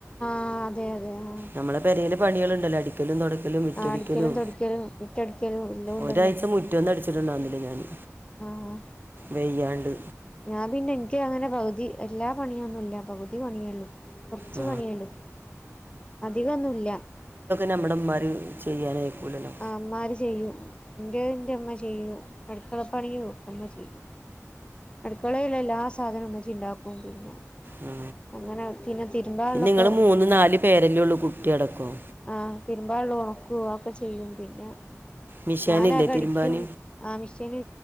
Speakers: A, on the left; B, on the right.
A: ആ അതെ അതെ ആ
B: നമ്മള പെരേല പണികളുണ്ടല്ലോടി ലും തുടക്കലും മുറ്റടിക്കലും
A: അടിക്കലും തൊടിക്കലും മിറ്റടിക്കലും എല്ലാം ഉണ്ടല്ലോ
B: ഒരാഴ്ച മു റ്റ അടിച്ചിട്ടുണ്ടുവുന്നില്ല ഞാന്
A: ആഹ്
B: വെയ്യാണ്ട്
A: ഞാൻ പിന്നെ നിക്ക് അങ്ങനെ പകുതി എല്ലാ പണിയൊന്നുമില്ല പകുതി പണിയള്ളു കുറച്ച്
B: ആ.
A: പണിയള്ളൂ അധികന്നുല്ല
B: നമ്മുടെമാര് ചെയ്യാനയ്ക്കൂലല്ലോ
A: അമ്മാർ ചെയ്യും എൻ്റെ ൻ്റമ്മ ചെയ്യും അടുക്കളപ്പണിലും അമ്മ ചെയ്യും അടുക്കളയിലുള്ള എല്ലാ സാധനും മ്മച്ചിണ്ടാക്കും പിന്നെ
B: ആ
A: അങ്ങനെ പിന്നെ തിരുമ്പാള്ളൊക്കെ
B: നിങ്ങള് മൂന്ന് നാല് പേരെല്ലേള്ളു കുട്ടി അടക്കം
A: ആ തിരുമ്പാള്ള ഒണക്കും ഒക്കെ ചെയ്യും പിന്നെ
B: മിഷാനില്ലേ
A: ഞാൻ അക അടിക്കും
B: തിരുമ്പാൻ
A: ആ മിഷീന്